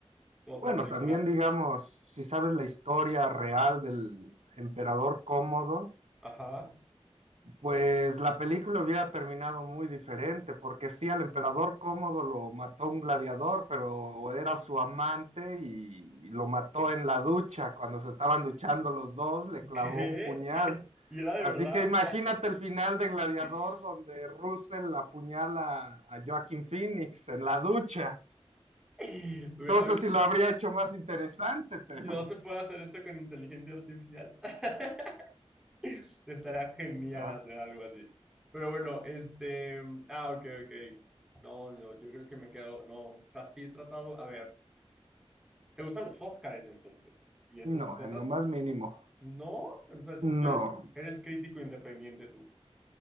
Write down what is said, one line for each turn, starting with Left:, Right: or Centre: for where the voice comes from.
Centre: otra
Right: Bueno,
Centre: película,
Right: también digamos, si sabes la historia real del emperador Cómodo,
Centre: ajá.
Right: Pues la película hubiera terminado muy diferente, porque sí, al emperador Cómodo lo mató un gladiador, pero era su amante y lo mató en la ducha. Cuando se estaban duchando los dos, le clavó
Centre: ¿Qué?
Right: un puñal.
Centre: <laughs> ¿Y era de
Right: Así
Centre: verdad?
Right: que imagínate el final de Gladiador,
Centre: <laughs>
Right: donde Russell apuñala a Joaquin Phoenix en la ducha.
Centre: Güey,
Right: No
Centre: a ver,
Right: sé si lo habría hecho más interesante, pero
Centre: No se puede hacer eso con inteligencia artificial. <laughs> Estará genial
Right: ah,
Centre: hacer algo así. Pero bueno, este. mm, Ah, ok, ok. No, no, yo creo que me quedo. No, o sea, sí he tratado. A ver, ¿te gustan los Óscares entonces? ¿Y esas
Right: no,
Centre: cosas?
Right: en lo más mínimo.
Centre: No, entonces tú
Right: No,
Centre: eres eres crítico independiente